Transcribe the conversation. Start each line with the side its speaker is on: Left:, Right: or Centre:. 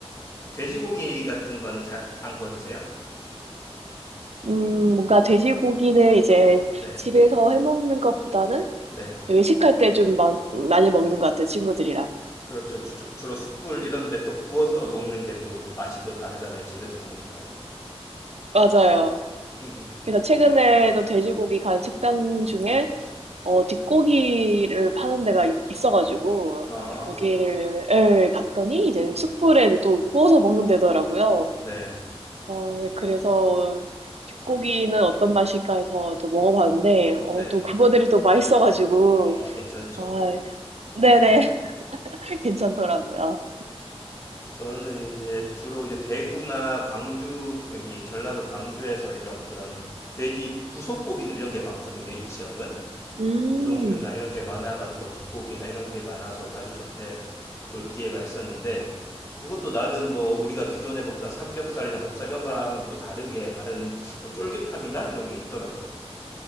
Left: 돼지고기 같은 거는 잘 안 구워 드세요?
Right: 음, 뭔가 돼지고기는 이제
Left: 네.
Right: 집에서 해먹는 것보다는
Left: 네.
Right: 외식할 때 좀 많이 먹는 것 같아요, 친구들이랑.
Left: 그렇죠. 주, 주- 주로 숯불 이런 데 또 구워서 먹는 게 또 맛이 또 다르잖아요. 집에서 먹는 거랑은.
Right: 맞아요.
Left: 음.
Right: 그래서 최근에도 돼지고기 간 식당 중에, 어, 뒷고기를 파는 데가 이- 있어가지고,
Left: 아.
Right: 네, 거기를 갔더니 이제
Left: 네.
Right: 숯불에 또 구워서 먹는 데더라고요.
Left: 네.
Right: 어, 네, 그래서 뒷고기는 어떤 맛일까 해서 또 먹어봤는데, 어,
Left: 네.
Right: 또 그거대로 또 맛있어가지고,
Left: 어 괜찮죠.
Right: 아, 네네,
Left: 네.
Right: <laughs> 괜찮더라고요.
Left: 저는 네. 이제 주로 이제 대구나 광주 여기 전라도 광주에서 이런 그런 돼지 부속고기들 이런 게 많거든요, 이 지역은.
Right: 음,
Left: 부속류나 이런 게 많아 가지고 뭐 뒷고기나 이런 게 많아서 자주 접해 볼 기회가 있었는데 그것도 나름 뭐 우리가 기존에 먹던 삼겹살이나 목살 이런 거랑은 또 다르게 다른 뭐 쫄깃함이나 이런 게 있더라고요.